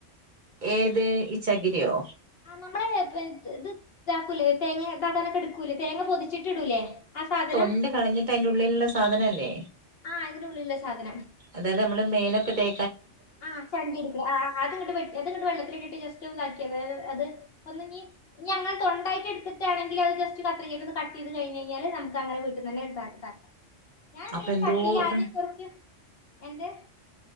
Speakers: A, on the right; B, on the left.
A: ഏത് ഈ ചകിരിയോ
B: നമ്മള് ഇത് ഇതാക്കൂലേ തേങ്ങ ഇതാക്കാനൊക്കെ എടുക്കൂലേ തേങ്ങ പൊതിച്ചിട്ട് ഇടൂലേ ആ സാധനം
A: തൊണ്ട് കളഞ്ഞിട്ട് അതിന്റെ ഉള്ളിലുള്ള സാധനല്ലേ
B: ആ അതിനുള്ളിലുള്ള സാധനം
A: അതായത് നമ്മള് മേലൊക്കെ തേ
B: ആ ചണ്ടിട്ക്കണ ആ ആ അതങ്ങട്ട് വെ എതങ്ങട്ട് വെള്ളത്തിലിട്ടിട്ട് ജസ്റ്റ് ഒന്ന് അ ക്ക് അതായത് അത് ഒന്ന് ഞ്ഞി ഞ്ഞി അങ്ങനെ തൊണ്ടായിട്ട് എടുത്തിട്ടാണെങ്കിൽ അത് ജസ്റ്റ് കത്രികക്ക് ഒന്ന് കട്ട് ചെയ്ത് കഴിഞ്ഞ് കഴിഞ്ഞാല് നമുക്ക് അങ്ങനെ വീട്ട്ന്ന്ന്നെണ്ടാക്കാം ഞാൻ എന്തുചെയ്യും
A: അപ്പൊ എന്തോ
B: ചട്ടിയിലാദ്യം
A: ഇതും
B: കൊറച്ച് എന്ത്